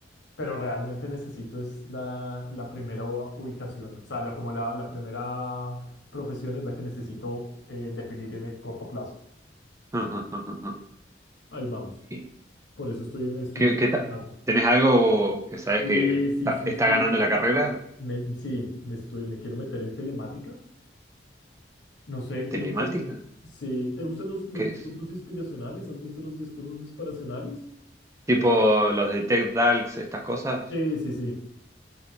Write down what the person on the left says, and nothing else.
pero realmente necesito es la, la primera u- ubicación, o sea, la- como la, la primera profesión es la que necesito eh, definir en el corto plazo.
Ahí vamos.
Por eso estoy estudiando
con
datos.
Y
sí,
sí,
sí,
me, sí, me estoy, me quiero meter en telemática. No sé, ¿te
gustan, sí, ¿te gustan los, los
discursos
inspiracionales? ¿Has visto los discursos inspiracionales? O,
sí, sí, sí.